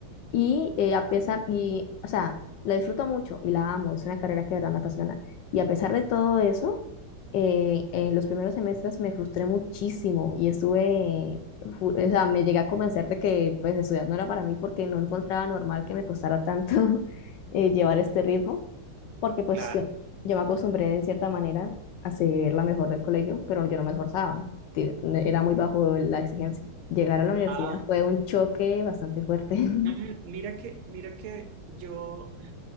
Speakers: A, on the left; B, on the right.
A: y eh, a pesar, y, o sea, la disfruto mucho y la amo, es una carrera que de verdad me apasiona. Y a pesar de todo eso, eh, en los primeros semestres me frustré muchísimo y estuve, fu- o sea, me llegué a convencer de que pues estudiar no era para mí porque no encontraba normal que me costara tanto <laughs> eh, llevar este ritmo porque pues
B: Claro.
A: yo, yo me acostumbré de cierta manera a ser la mejor del colegio, pero yo no me esforzaba, ti- era muy bajo la exigencia. Llegar a la universidad
B: Ah,
A: fue un choque bastante fuerte. <laughs>
B: Mm, Mira que, mira que yo,